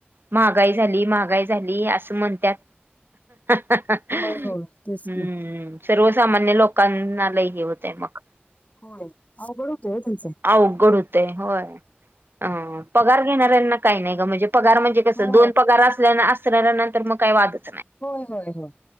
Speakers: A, on the right (about 60°); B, on the left (about 35°).
A: महागाई झाली. महागाई झाली अस म्हणत्यात. हम्म,
B: होय होय तेच की
A: सर्वसामान्य लोकांना लई हे होतय मग.
B: होय, अवघड होतय ओ त्याच.
A: अवघड होतय होय. अ पगार घेणाऱ्यांना काही नाही ग. म्हणजे पगार म्हणजे कस
B: हो
A: दोन
B: हो
A: पगार असल्यान असल्यान नंतर मग काय वाटत
B: होय होय होय